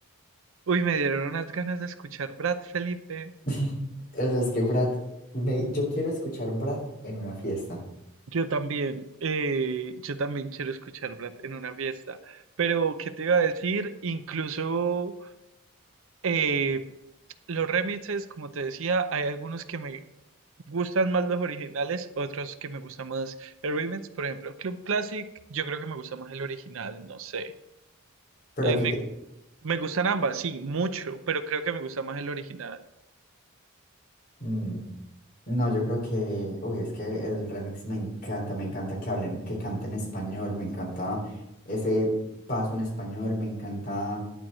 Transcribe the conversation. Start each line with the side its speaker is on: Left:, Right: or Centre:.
Right: Uy, me dieron unas ganas de escuchar Brad Felipe.
Left: <laughs> O sea, es que Brad, me- yo quiero escuchar Brad en una fiesta,
Right: Yo también, eh, yo también quiero escuchar Brad en una fiesta, pero ¿qué te iba a decir? Incluso eh, los remixes, como te decía, hay algunos que me gustan más los originales, otros que me gustan más el remix, por ejemplo, Club Classic, yo creo que me gusta más el original, no sé.
Left: pero
Right: Eh,
Left: a ti
Right: me,
Left: te...
Right: me gustan ambas, sí, mucho, pero creo que me gusta más el original.
Left: <laughs> No, yo creo que, uy, es que el remix me encanta, me encanta que hablen, que canten español, me encanta ese paso en español, me encanta